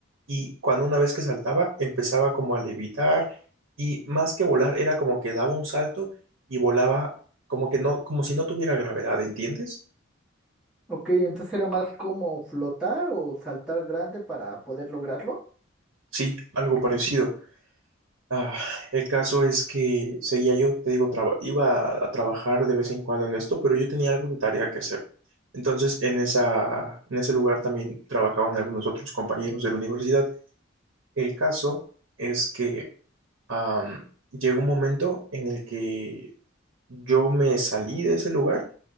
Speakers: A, on the right; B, in the centre.
A: Y cuando una vez que saltaba, empezaba como a levitar y más que volar, era como que daba un salto y volaba como que no, como si no tuviera gravedad, ¿entiendes?
B: Ok, entonces era más como flotar o saltar grande para poder lograrlo.
A: Sí, algo parecido. Ah, el caso es que seguía yo, te digo, traba- iba a, a trabajar de vez en cuando en esto, pero yo tenía algo de tarea que hacer. Entonces, en esa, en ese lugar también trabajaban algunos otros compañeros de la universidad. El caso es que am, llegó un momento en el que yo me salí de ese lugar